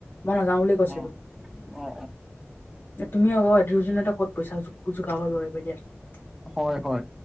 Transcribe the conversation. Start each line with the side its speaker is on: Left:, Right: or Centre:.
Left: মই নাযাওঁ বুলি কৈছিলোঁ।
Centre: অ অ অ
Left: এ, তুমি আকৌ দুই-এদিনতে ক'ত পইচা যো- যোগাৰ কৰিব পাৰিবা, দিয়াচোন!
Centre: হয়, হয়।